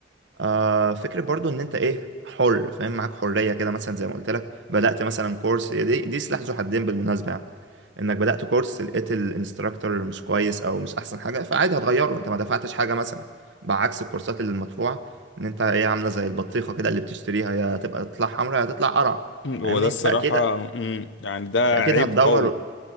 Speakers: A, on the right; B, on the left.
A: آه فكرة برضو ان انت ايه حر فاهم معاك حرية كده مثلا زي ما قلت لك بدأت مثلا كورس هي دي دي سلاح ذو حدين بالمناسبة يعني انك بدأت كورس لقيت الانستراكتور مش كويس او مش احسن حاجة فعادي هتغيره انت ما دفعتش حاجة مثلا بعكس الكورسات اللي المدفوعة ان انت ايه عاملة زي البطيخة كده اللي بتشتريها يا تبقى تطلع حمرا يا تطلع قرع
B: هو
A: فاهمني
B: ده الصراحة
A: انت اكيد
B: امم يعني ده
A: انت
B: عيب
A: اكيد هتدور
B: قوي